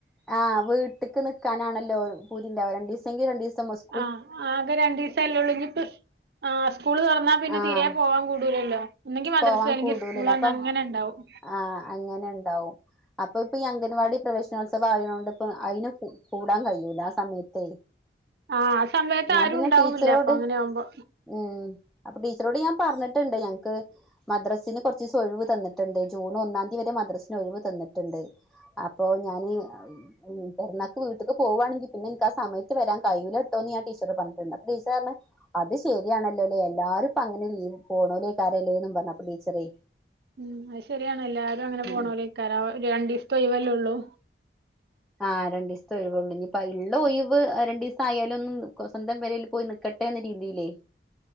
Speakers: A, in the centre; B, on the right.
A: ആഹ് വീട്ട്ക്ക് നിക്കാനാണല്ലോ പൂതിണ്ടാവ രണ്ടീസെങ്കി രണ്ടീസം സ്ക്
B: ആഹ് ആകെ രണ്ടീസല്ലേ ഒള്ളീനിപ്പ് ആഹ് സ്കൂള് തൊറന്നാ പിന്നെ
A: ആഹ്
B: തീരെ പോവാൻ കൂടൂലല്ലോ ഒന്നെങ്കി മദ്രസ
A: പോവാൻ
B: അല്ലെങ്കിൽ
A: കൂടൂലല്ലോ
B: സ്കൂളന്നെ
A: അപ്പൊ
B: അങ്ങനെണ്ടാവും
A: ആഹ് അങ്ങനെണ്ടാവും അപ്പൊ ഇപ്പൊ ഈ അംഗൻവാടി പ്രവേശനോത്സ ത്സവായോണ്ട് ഇപ്പ അയ്ന് കു കൂടാൻ കയൂല ആഹ് സമയത്തേ
B: ആഹ് ആസമയത്ത്
A: ഞാൻ
B: ആരും
A: പിന്നെ
B: ഉണ്ടാവൂല്ല
A: ടീച്ചറോട്
B: അപ്പൊ അങ്ങനെ ആവുമ്പോ
A: ഉം അപ്പൊ ടീച്ചറോട് ഞാൻ പറഞ്ഞ്ട്ട്ണ്ട് ഞങ്ങ്ക്ക് മദ്രസിന് കൊറച്ചൂസം ഒഴിവ് തന്നിട്ട്ണ്ട് ജൂൺ ഒന്നാംതീ വരെ മദ്രസിന് ഒഴിവ് തന്ന്ട്ട്ണ്ട് അപ്പോ ഞാന് ഉം പെരുന്നാക്ക് വീട്ട്ക്ക് പോവാണെങ്കി പിന്നെ എൻക്കാ സമയത്ത് വരാൻ കയ്യൂലാട്ടോന്ന്ഞാ ടീച്ചറോട് പറഞ്ഞിട്ടൊണ്ട് അപ്പ ടീച്ചററഞ്ഞ് അത് ശരിയാണല്ലോലേ എല്ലാരും ഇപ്പങ്ങനെ ലീവ് പോണോല്ലേക്കാരല്ലേന്ന് അപ്പറഞ്ഞ് ടീച്ചറേ
B: ഉം അത് ശരിയാണ് എല്ലാരു അങ്ങനെ
A: ഉം
B: പോണോരായ്ക്കാര രണ്ടീസ്ത്തെ ഒയ്വല്ലേ ഒള്ളൂ
A: ആഹ് രണ്ടീസത്തെ ഒഴിവൊള്ളൂ ഇനീപ്പാ ഇള്ള ഒയിവ് രണ്ടീസം ആയാലൊന്നും ഓഹ് സ്വന്തം പെരേല് പോയ് നിക്കട്ടേന്ന രീതിലേ